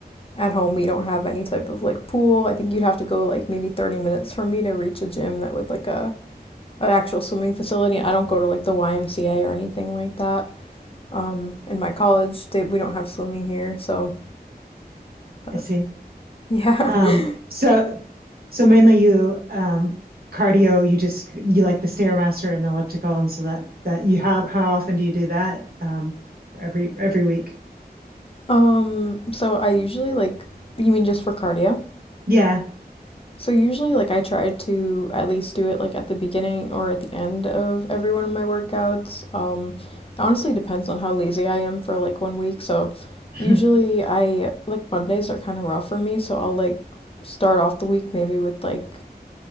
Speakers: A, on the left; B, on the right.
A: at home, we don't have any type of like pool. I think you'd have to go like maybe 30 minutes for me to reach a gym that with like a an actual swimming facility. I don't go to like the YMCA or anything like that. Um in my college, they we don't have swimming here, so but
B: I see.
A: yeah. <laughs>
B: Um, so So mainly you um cardio, you just you like the Stairmaster and the elliptical, and so that that you how how often do you do that? Um, every every week.
A: Um so I usually like you mean just for cardio?
B: Yeah.
A: So usually like I try to at least do it like at the beginning or at the end of every one of my workouts. Um, it honestly depends on how lazy I am for like one week. So
B: <laughs>
A: usually I like Mondays are kind of rough for me, so I'll like start off the week maybe with like